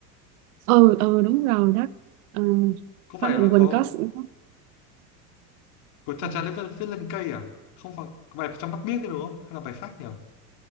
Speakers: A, on the right (about 65°); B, on the left (about 55°).
A: ừ ừ đúng rồi đó Ờ,
B: Có
A: Pha
B: phải
A: Mạnh
B: là
A: Quỳnh
B: có
A: có s- có-
B: của Cha
A: Ừ.
B: Cha Viết, viết lên cây à? Không phải có bài trong mắt biếc đấy đúng không? Hay là bài khác nhỉ?